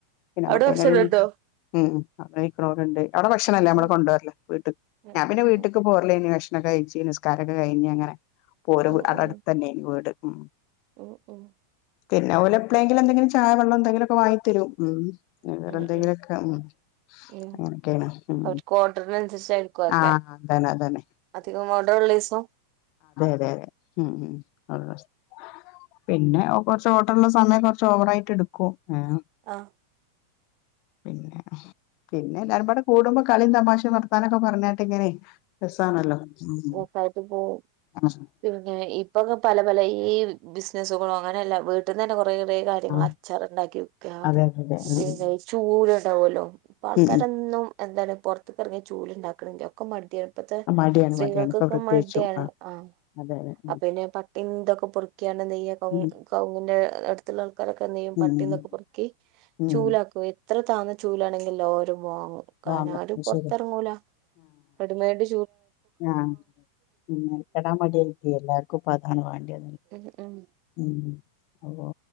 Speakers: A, on the left; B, on the right.
A: പിന്നെ നമ്മക്ക്
B: അവിടെ ഭക്ഷണണ്ടോ
A: അയിനൊരു ഉം അവിടെ നിക്കണോരുണ്ട് അവിടെ ഭക്ഷണമില്ല നമ്മള്
B: ഉം
A: കൊണ്ടോരല് വീട്ടീന്ന്
B: ഉം
A: ഞാൻ പിന്നെ വീട്ടക്ക്
B: ഉം
A: പോരല് തന്നെയാ കഴിച്ച് നിസ്കാരവൊക്കെ കഴിഞ്ഞ് അങ്ങനെ <unintelligible>
B: ഉം
A: അവിടെ
B: ഉം
A: അടുത്ത് തന്നെ ആയിരുന്നു വീട് ഉം
B: ഉം ഉം
A: പിന്നവള് എപ്പളെങ്കിലും എന്തെങ്കിലും ചായ വെള്ളം എന്തെങ്കിലുമൊക്കെ വാങ്ങി തരും ഉം വേറെ
B: ഉം
A: എന്തെങ്കിലുമൊക്കെ
B: ഉം
A: ഉം
B: ഉം
A: അങ്ങനെയൊക്കെയാണ് ഉം
B: അവർക്ക് ഓർഡറിനനുസരിച്ചായിരിക്കും ഒക്കെ
A: ആ അത് തന്നെ അത് തന്നെ
B: അധികം മോഡലുള്ള ദിവസം
A: അതെ അതെ <unintelligible> പിന്നെ കുറച്ച് ഓട്ടള്ള സമയം കൊറച്ച് ഓവറായിട്ട് എടുക്കും ആഹ്
B: ആഹ്
A: പിന്നെ പിന്നെ എല്ലാരുമ്പാടെ കൂടുമ്പോക കളിയും തമാശയും വർത്താനൊക്കെ പറഞ്ഞട്ട് ഇങ്ങനെ രസാണല്ലോ ഉം
B: <unintelligible> പോം
A: ആ
B: പിന്നെ ഇപ്പൊ പല പല ഈ ബിസ്സ്നസ്സുകളും അങ്ങനെ എല്ലാം വീട്ടിന്ന് തന്നെ കൊറെ കുറേ കാര്യങ്ങൾ
A: ആ ആ
B: അച്ചാറ ണ്ടാക്കി വിക്ക
A: അതെ അതെ അതെ
B: പിന്നെ
A: ഉം
B: ചൂട് ട്ടാവോലോ ഇപ്പൊ ആൾക്കാരൊന്നും
A: ഉം
B: എന്താണ് പൊറുത്തക്ക് ഇറങ്ങിയ ചൂല് ഇണ്ടാ <unintelligible> ഇപ്പത്തെ
A: ഉം മടിയാണ്
B: സ്ത്രീകൾക്കൊക്കെ
A: മടിയാണ് ഇപ്പൊ പ്രത്യേകിച്ചും
B: മടിയാണ് ആ
A: അതെ അതെ ഉം
B: പിന്നെ പട്ടിന്തൊക്കെ <unintelligible> ണ് നെയ്യ
A: ഉം
B: കൗങ്ങിന്റെ അടുത്തുള്ള ആൾക്കാരൊക്കെ നെയ്യും
A: ഉം
B: പട്ടീന്തൊക്കെ
A: ഉം
B: പെറുക്കി
A: ഉം
B: ചൂലാക്കുകയു എത്ര താന്ന ചൂലാണെങ്കില്ലാരും വാങ്ങും കരണ
A: വാങ്ങും
B: ആരും
A: അത്
B: പൊറത്തെറങ്ങൂല
A: ശരി
B: റെഡമഡ്
A: ആഹ പിന്നെ കടാ മട്യാരിക്കും എല്ലാർക്കുംപ്പതാണ് വാണ്ട്യ
B: ഉം ഉം
A: ഉം അതാ